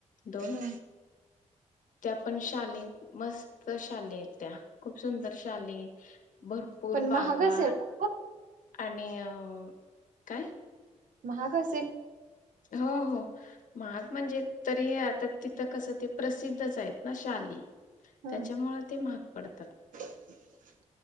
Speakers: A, on the left (about 85°); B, on the right (about 85°).
A: दोन
B: हा
A: त्या पण शाली मस्त शाली आहेत त्या. खूप सुंदर शाली भरपूर
B: पण
A: बागा
B: महाग असेल ना ग
A: आणि अ काय?
B: महाग असेल?
A: हो हो, महाग म्हणजे तरी आता तिथं कसं ते प्रसिद्धच आहेत ना शाली
B: हं,
A: त्याच्यामुळ ते महाग पडतात.
B: <inaudible>